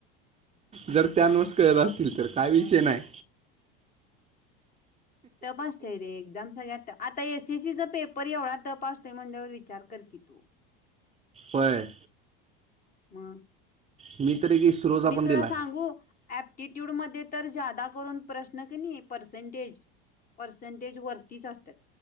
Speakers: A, on the right; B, on the left.
A: जर त्यानुसार कळत असतील तर काय विषय नाही.
B: तपासते रे. ळ आ एससी पेपर एवढा तपास म्हण विचार कर की तू.
A: होय.
B: मग
A: मी तर एक इस्रोचा
B: मी
A: पण
B: तुला
A: दिलाय
B: सांगू ऍप्टीट्यूड मध्ये तर जादा करून प्रश्न क नी पर्सेंटेज पर्सेंटेज वरतीच असतात.